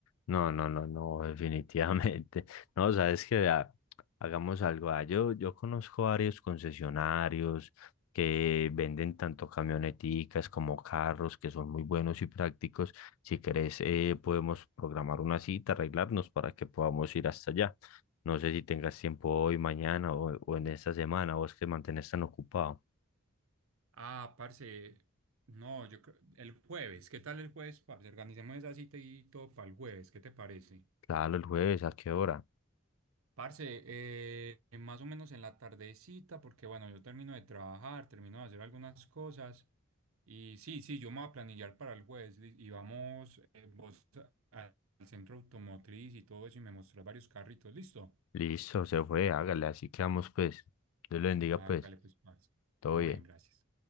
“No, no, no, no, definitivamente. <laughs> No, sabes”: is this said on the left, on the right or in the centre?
Left